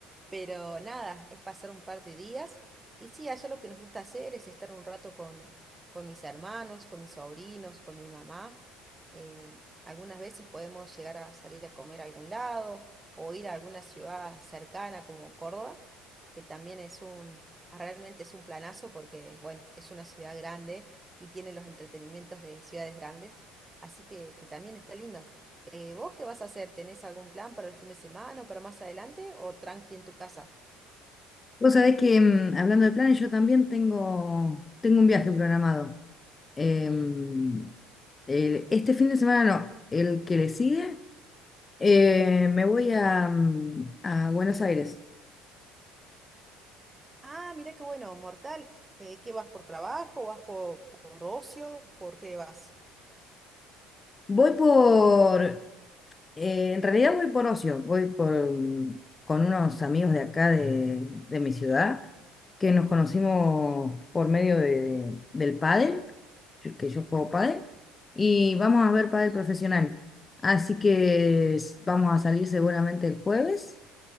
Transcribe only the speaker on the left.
Vos sabés que, em, hablando de planes, yo también tengo, tengo un viaje programado. Em, el- este fin de semana no, el que le sigue, eh, me voy a, mm, a Buenos Aires.
Voy por Eh, en realidad voy por ocio, voy por, mm, con unos amigos de acá de, de mi ciudad que nos conocimos por medio de, del pádel, yo- que yo juego pádel, y vamos a ver pádel profesional. Así que s- vamos a salir seguramente el jueves